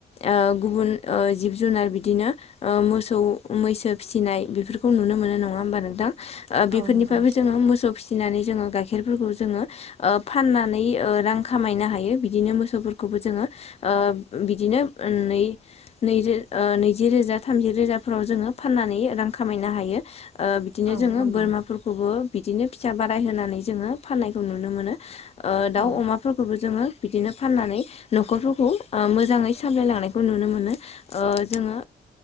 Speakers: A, on the left (about 35°); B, on the right (about 60°).
A: ओ गुबुन ओ जिब जुनार बिदिनो ओ मोसौ मैसो फिसिनाय बेफोरखौ नुनो मोनो नंङा होमबा नोंथां? ओ बेफोरनिफ्रायबो
B: औ नंगौ
A: जोंङो मोसौ फिनानै जोंङो गाइखेरफोरखौ जोंङो ओ फाननानै रां खामनो हायो बिदिनो मोसौफोरखौ जोंङो ओ बिदिनो नै नै रो नैजि रोजा थामजि रोजाफोराव जोंङो फाननानै रां खामायनो हायो बिदिनो
B: औ
A: जोंङो
B: नंगौ
A: बोरमाफोरखौबो बिदिनो फिसा बाराय होनानै जोंङो फाननायखौ नुनो मोनो। ओ दाव
B: औ
A: अमाफोरखौबो जोंङो बिदिनो फाननानै न'खरफोरखौ ओ मोजांङै सामलायलांनायखौ नुनो मोनो, ओ जोंङो